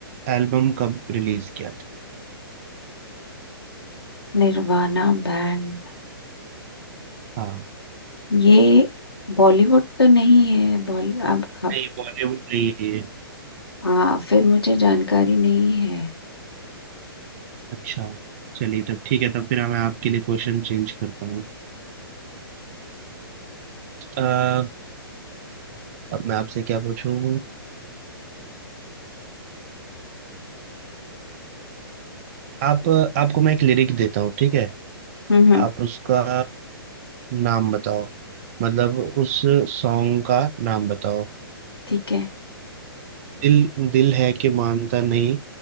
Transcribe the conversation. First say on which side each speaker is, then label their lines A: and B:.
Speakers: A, on the right (about 35°); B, on the left (about 80°).
A: एल्बम कब रिलीज किया था
B: निर्वाणा बैंड
A: हाँ
B: ये बॉलीवुड तो नहीं है बॉली अब अब-
A: नहीं बॉलीवुड नहीं है ये
B: हाँ फिर मुझे जानकारी नहीं है
A: अच्छा चलिए तब ठीक है तब फिर मैं आपके लिए क्वेश्चन चेंज करता हूँ अब मैं आपसे क्या पूछूं आप आपको मैं एक लिरिक देता हूँ ठीक है
B: हम्म हम्म,
A: आप उसका नाम बताओ मतलब उस सॉन्ग का नाम बताओ
B: ठीक है
A: दिल दिल है कि मानता नहीं